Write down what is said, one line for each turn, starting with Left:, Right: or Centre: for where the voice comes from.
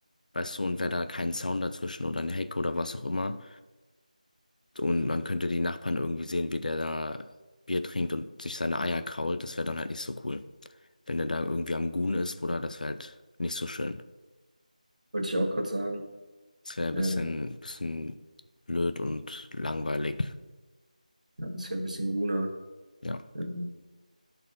Left: weißt du, und wäre da kein Zaun dazwischen oder eine Hecke oder was auch immer. Und man könnte die Nachbarn irgendwie sehen, wie der da Bier trinkt und sich seine Eier krault. Das wäre dann halt nicht so cool. Wenn der da irgendwie am Gun ist, Bruder, das wäre halt nicht so schön.
Right: Wollte ich auch gerade sagen.
Left: Das wäre ein
Right: Ähm,
Left: bisschen, bisschen blöd und langweilig.
Right: ja, das wäre ein bisschen grüner
Left: Ja.
Right: Ähm,